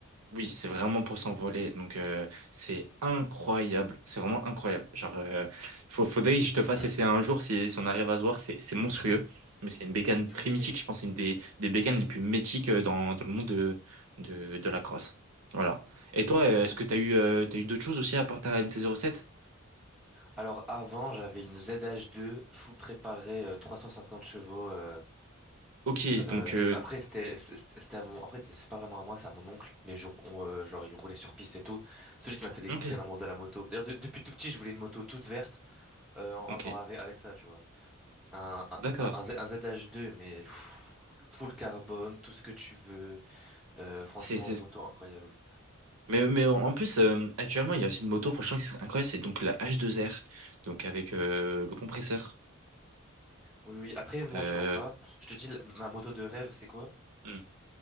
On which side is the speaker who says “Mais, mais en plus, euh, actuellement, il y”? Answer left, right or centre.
Right